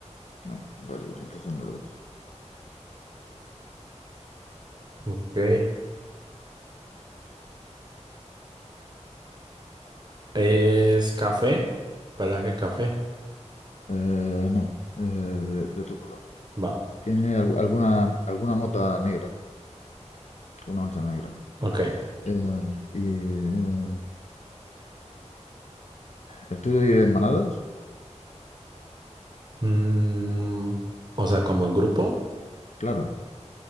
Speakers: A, on the left; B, on the right.
A: No. Vale, pues entonces no lo ves.
B: Ok. ¿Es café? Pelaje café.
A: Eh, no. Eh, de, de otro color.
B: Va.
A: ¿Tiene al- alguna, alguna mota negra? Una mancha negra.
B: Ok.
A: Eh, y, eh, ¿El tuyo vive en manadas?
B: Mm, o sea, como en grupo.
A: Claro.